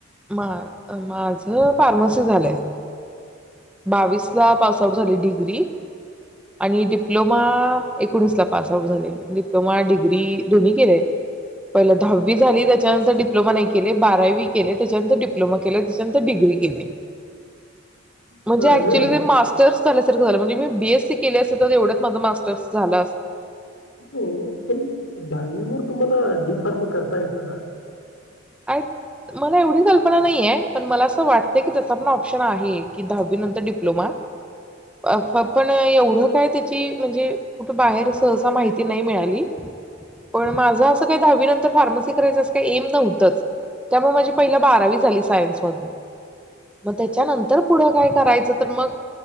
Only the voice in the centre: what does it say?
मा माझ फार्मासी झालंय. बावीसला पास आउट झाली डी ग्री आणि डिप्लो मा एकोणीसला पास आउट झाले डिप्लोमा डिग्री दोन्ही केले पहिले दहावी झाली त्याच्यानंतर डिप्लोमा नाही केले बारावी केले. त्याच्या नंतर डिप्लोमा केलय त्याच्या नंतर डिग्री केलीया म्हणजे
एकच्युली ते मास्टरस झाल्यासारख झाल म्हणजे मी बी एस सी केली असती तर एवढ्यात माझं मास्टर झालं असत.
आय मला एवढी कल्पना नाहीे ये पण मला असं वाटत की त्याचा पण ऑप्शन आहे की दहावी नंतर डिप्लोमा अ पण एवढं काय त्याची म्हणजे कुठे बाहेर सहसा माहिती नाही मिळाली. पण माझं असं काही दहावी नंतर फार्मसी करायचं असं काही एम नव्ह तच त्यामुळे माझी पहिला बारावी झाली सायन्स मधून. मग त्याच्यानंतर पुढ काय करायचं, तर मग